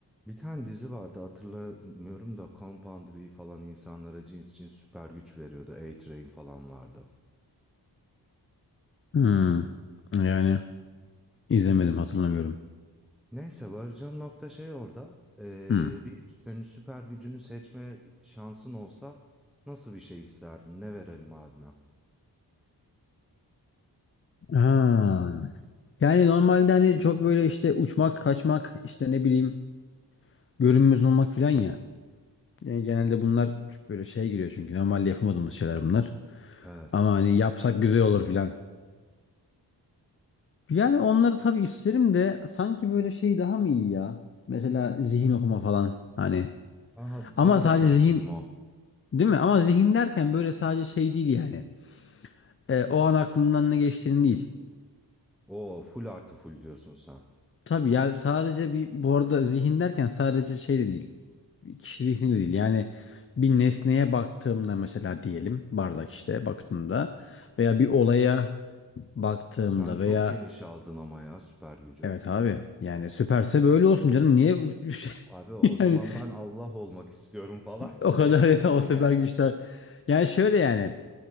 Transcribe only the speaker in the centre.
Bir tane dizi vardı hatırlamıyorum da Compound V falan insanlara cins cins süper güç veriyordu. A-Train falan vardı.
Neyse varacağım nokta şey orada. Ee,
bir senin süper gücünü seçme şansın olsa nasıl bir şey isterdin? Ne verelim abime?
Evet.
Aha
benim
de tercihim
o.
Oo full artı full diyorsun sen.
Sen çok
geniş aldın ama ya süper gücü.
Abi o
zaman
ben Allah olmak istiyorum falan.
<laughs>